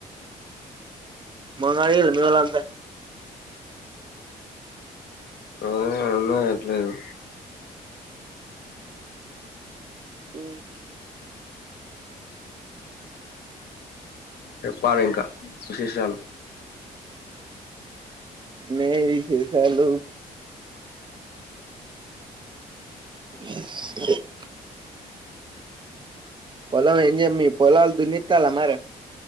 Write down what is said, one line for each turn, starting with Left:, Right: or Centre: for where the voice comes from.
Right: మందు తాగిన్ర మీ వోళ్ళంతా
Left: ఆ అన్న అట్లేదు.
Right: మ్
Left: చెప్పాలె ఇంకా విశేషాలు
Right: మే విశేషాలు అ పొలం ఏం జెమ్మి పొలాల్ దున్నిత్తాన్ల మరె